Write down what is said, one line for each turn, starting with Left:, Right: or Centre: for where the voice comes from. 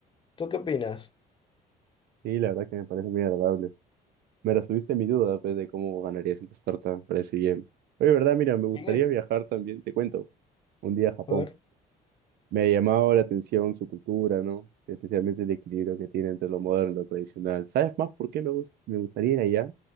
Left: ¿Tú qué opinas?
Right: Sí, la verdad que me parece muy agradable. Me resolviste mi duda, pues, de cómo ganarías en tu startup. Me parece bien. Oye, ¿verdad? Mira, me gustaría
Left: Miguel,
Right: viajar también, te cuento, un día a Japón.
Left: a ver.
Right: Me ha llamado la atención su cultura, ¿no? Especialmente el equilibrio que tiene entre lo moderno y lo tradicional. ¿Sabes más por qué me gust- me gustaría ir allá?